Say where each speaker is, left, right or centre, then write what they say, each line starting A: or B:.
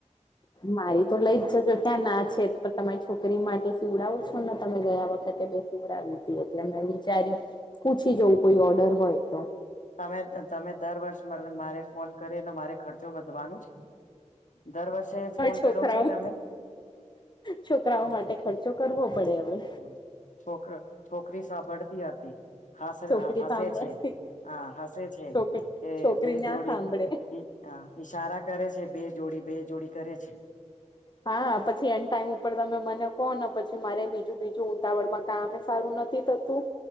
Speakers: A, on the left; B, on the left.
A: મારી તો લઈ જજો, ક્યાં ના છે? પણ તમારી છોકરી માટે સીવડાવો છો ને, તમે ગયા વખતે બે સીવડાવી હતી, એટલે મેં વિચાર્યું, પૂછી જવું, કોઈ ઓર્ડર હોય તો.
B: તમે, તમે દર વર્ષ મારે ફોન કરીને, મારે ખર્ચો વધવાનું છે. દર વર્ષે ફોન
A: છોકરાઓ.
B: કરો છો તમે
A: છોકરાઓ માટે ખર્ચો કરવો પડે, હવે.
B: હમ, છોક છોકરી સાંભળતી આતી. હ,
A: છોકરી
B: હા, હસે
A: સાંભળે
B: છે. હા, હસે છે
A: છોકરી
B: કે
A: છોકરી
B: બે
A: ના
B: જોડી.
A: સાંભળે
B: હ, ઇશારા કરે છે. બે જોડી, બે જોડી કરે છે.
A: હા, પછી એન્ડ ટાઈમ ઉપર તમે મને કહો ને, પછી મારે બીજું- બીજું ઉતાવળ માં કામ. મે સારું નથી. થતું.